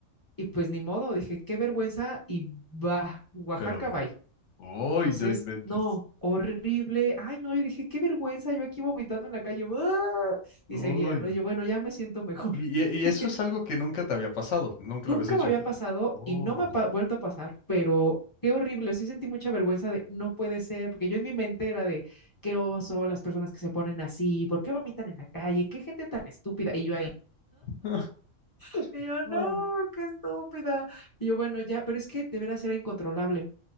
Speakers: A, on the left; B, on the left.
A: Y pues ni modo, dije, qué vergüenza y va, Oaxaca,
B: pero...
A: bye.
B: Uy,
A: Entonces,
B: no inventes.
A: no, horrible. Ay, no, yo dije, qué vergüenza, yo aquí vomitando en la calle. ¡ah! Y
B: Uy.
A: seguía, ¿no? Y yo, bueno, ya me siento mejor.
B: Y, y- y
A: <laughs>
B: eso es algo que nunca te había pasado, nunca
A: Nunca
B: lo habías hecho
A: me había
B: aquí.
A: pasado
B: Oh.
A: y no me ha pa- vuelto a pasar, pero qué horrible. Sí sentí mucha vergüenza de no puede ser, porque yo en mi mente era de qué oso, las personas que se ponen así, ¿por qué vomitan en la calle? ¿Qué gente tan estúpida? Y yo ahí,
B: <laughs>
A: <laughs> y yo, no,
B: Ay.
A: qué estúpida. Y yo, bueno, ya, pero es que de veras era incontrolable.